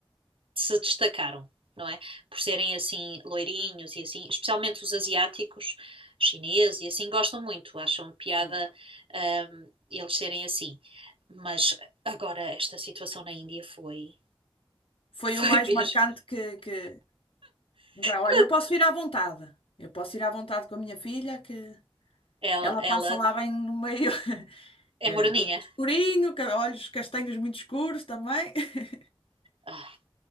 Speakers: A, on the right (about 80°); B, on the left (about 85°).
A: se destacaram, não é? Por serem assim loirinhos e assim, especialmente os asiáticos, chineses e assim, gostam muito, acham piada,
B: Sim.
A: hum, eles serem assim. Mas agora esta situação na Índia foi,
B: Foi
A: foi
B: o mais
A: mesmo.
B: marcante que, que... Agora, Olha,
A: <laughs> Quando
B: eu posso ir à vontade. Eu posso ir à vontade com a minha filha, que
A: ela,
B: Ela
A: ela
B: passa lá bem no meio, <laughs>
A: é
B: é,
A: moreninha.
B: cabelo escurinho, ca- olhos castanhos muito escuros também. <laughs>
A: Ah.